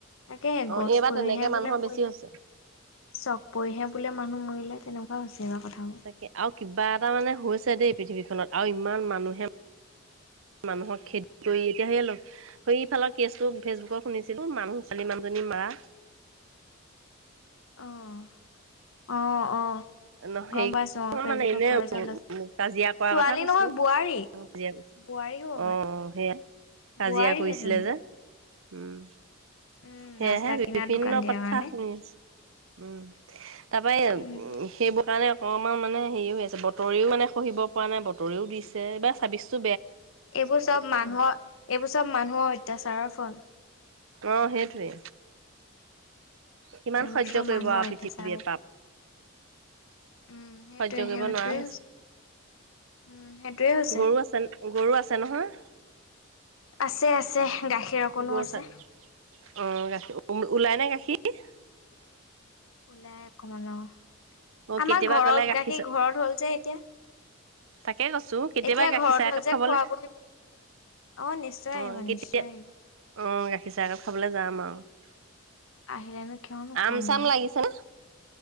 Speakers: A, on the left; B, on the right.
A: তাকেহে
B: অ,
A: গছ
B: এইবাৰ
A: পৰিহে
B: তেনেকে মানুহৰ
A: বোলে মৰিলে
B: বেছি হৈছে
A: চক পৰিহে বোলে মানুহ মৰিলে। তেনেকুৱা হৈছে। এইবাৰ কথাবোৰ
B: তাকে আৰু কিবা এটা মানে হৈছে দেই। পৃথিৱীখনত আৰু ইমান মানুহে মানুহক খেতি কৰি এতিয়া সেই সেইফালৰ কেছটো ফেচবুকৰ শুনিছিলো মানুহ ছোৱালী মানুহজনী মৰা।
A: অহ অহ অ
B: ন হেৰি
A: গম পাইছো অ ফেচবুকত
B: মানে এনে
A: পুৰা যে ওলাইছে
B: কাজিয়া কৰা
A: ছোৱালী
B: কথা কৈছো
A: নহয় বোৱাৰী
B: অ
A: বোৱাৰী হ'ব পাই
B: সেয়া কাজিয়া
A: বোৱাৰী
B: কৰিছিলে
A: সেইজনী
B: যে। উম।
A: উম
B: সেয়হে
A: ৰাস্তা কিনাৰত
B: বিভিন্ন
A: দোকান দিয়াৰ
B: কথা
A: কাৰণে
B: শুনিছো উম তাৰ পৰাই
A: উম
B: সেইবোৰ কাৰণে। অকণমান মানে হেৰি হৈ আছে বতৰিও মানে খহিব পৰা নাই বতৰিও দিছে এইবাৰ চাব্বভিচটো
A: এইবোৰ চব মানুহৰ এইবোৰ চব। মানুহৰ অত্যাচাৰৰ ফল।
B: অ সেইটোৱে। কিমান
A: এইবোৰ
B: সহ্য
A: চব
B: কৰিব
A: মানুহৰ
B: আৰু পৃথিৱী
A: অত্যাচাৰৰ ফল
B: এটাত। সহ্য
A: উম সেইটোৱে সেইটোৱে
B: কৰিব নোৱাৰা হৈছে,
A: উম সেইটোৱে হৈছে
B: গৰু আছে গৰু আছে নহয়।
A: আছে আছে। গাখীৰ অকণো
B: অ
A: আছে
B: গাখীৰ ওলাই নে গাখীৰ-
A: ওলাই অকমান, অ'!
B: অ'
A: আমাৰ
B: কেতিয়াবা
A: ঘৰত
B: গ'লে গাখীৰ চ,
A: ঘৰত হ'ল যে এতিয়া
B: তাকে কৈছোঁ, কেতিয়াবা
A: এতিয়া
B: গাখীৰ
A: ঘৰত
B: চাহ
A: হ'ল
B: একাপ
A: যে
B: খাবলৈ,
A: খোৱাব অ নিশ্চয় আহিব
B: অ'হ কেতিয়া,
A: নিশ্চয় আহিব
B: অ'হ গাখীৰ চাহ একাপ খাবলে যাম আৰু। <unintelligible>
A: আহিলেনো কিয় নোখোৱাম
B: আম চাম
A: বাৰু!
B: লাগিছে নে